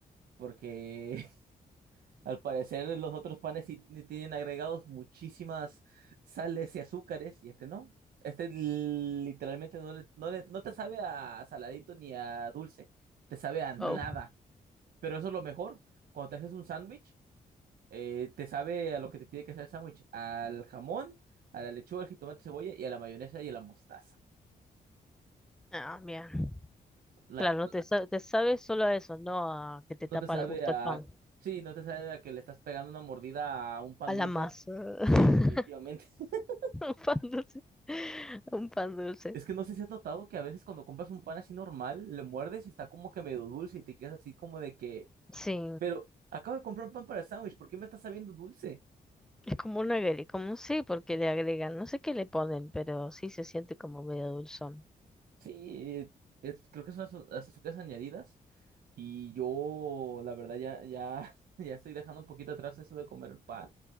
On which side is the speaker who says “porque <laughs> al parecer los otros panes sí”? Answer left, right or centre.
Right